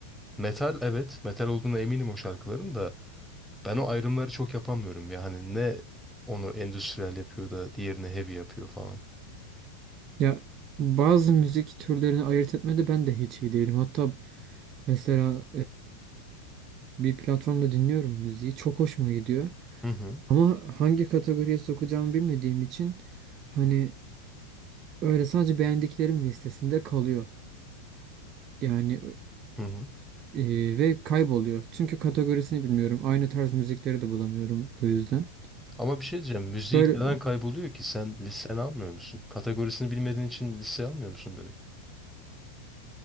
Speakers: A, in the centre; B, on the right (about 35°).
A: Metal evet. Metal olduğuna eminim o şarkıların da. Ben o ayrımları çok yapamıyorum. Yani ne onu endüstriyel yapıyor da diğerini heavy yapıyor falan.
B: Ya bazı müzik türlerini ayırt etmede ben de hiç iyi değilim. Hatta mesela bir platformda dinliyorum müziği. Çok hoşuma gidiyor.
A: Hı hı.
B: Ama hangi kategoriye sokacağımı bilmediğim için hani öyle sadece beğendiklerim listesinde kalıyor. Yani
A: Hı hı.
B: e, ve kayboluyor. Çünkü kategorisini bilmiyorum. Aynı tarz müzikleri de bulamıyorum bu yüzden.
A: Ama bir şey diyeceğim. Müzik
B: Böyle
A: neden kayboluyor ki? Sen listeni almıyor musun? Kategorisini bilmediğin için listeye almıyor musun direkt?